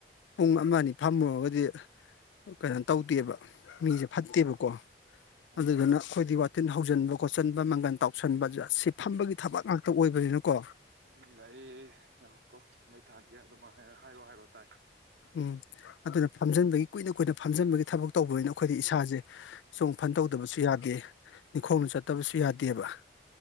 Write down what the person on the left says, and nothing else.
ꯄꯨꯡ ꯑꯃ ꯑꯅꯤ ꯐꯝꯃꯨꯔꯒꯗꯤ ꯀꯩꯅꯣ ꯇꯧ ꯇꯦꯕ ꯃꯤꯁꯦ ꯐꯠꯇꯦꯕꯀꯣ
ꯑꯗꯨꯗꯨꯅ ꯑꯩꯈꯣꯏꯗꯤ ꯋꯥꯇꯤꯟ ꯍꯧꯖꯤꯟꯕ ꯈꯣꯠ ꯆꯟꯕ ꯃꯪꯒꯟ ꯇꯥꯎꯁꯟꯕ ꯁꯤ ꯐꯝꯕꯒꯤ ꯊꯕꯛ ꯉꯥꯛꯇ ꯑꯣꯏꯕꯅꯤꯅꯀꯣ
ꯎꯝ ꯑꯗꯨꯅ ꯐꯝꯖꯟꯕꯒꯤ ꯀꯨꯏꯅ ꯀꯨꯏꯅ ꯐꯝꯖꯟꯕꯒꯤ ꯊꯕꯛ ꯇꯧꯕꯅꯤꯅ ꯑꯩꯈꯣꯏꯗꯤ ꯏꯁꯥꯁꯦ ꯆꯣꯡ ꯐꯟ ꯇꯧꯗꯕꯁꯨ ꯌꯥꯗꯦ ꯅꯤꯡꯈꯣꯡꯅ ꯆꯠꯇꯕꯁꯨ ꯌꯥꯗꯦꯕ